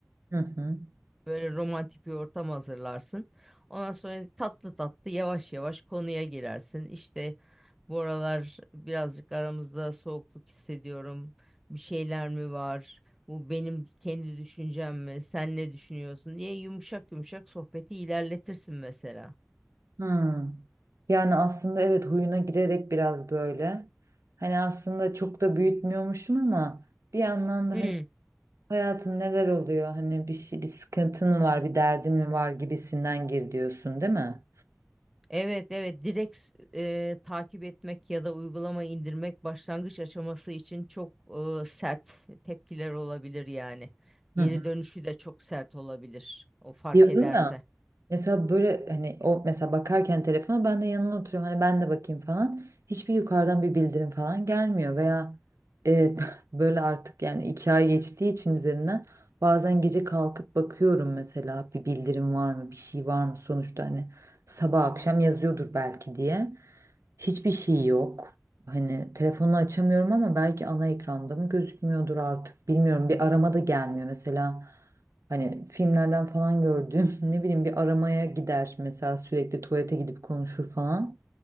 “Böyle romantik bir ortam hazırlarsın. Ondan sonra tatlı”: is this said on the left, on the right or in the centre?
Centre